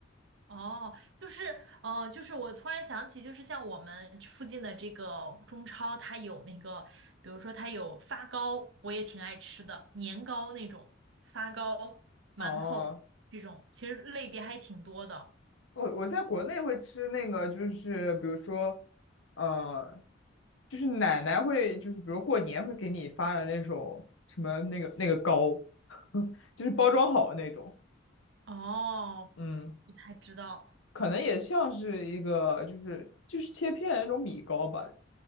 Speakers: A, on the right; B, on the left.
A: 哦，就是呃，就是我突然想起，就是像我们这附近的这个中超，它有那个，比如说它有发糕，我也挺爱吃的，年糕那种，发糕、馒头这种，
B: <laughs> 哦，
A: 其实类别还挺多的。
B: 我我在国内会吃那个，就是比如说，呃，就是奶奶会，就是比如过年会给你发的那种什么那个那个糕，<laughs> 就是包装好的那种，
A: 哦，
B: 嗯，
A: 不太知道。
B: 可能也像是一个就是就是切片的那种米糕吧。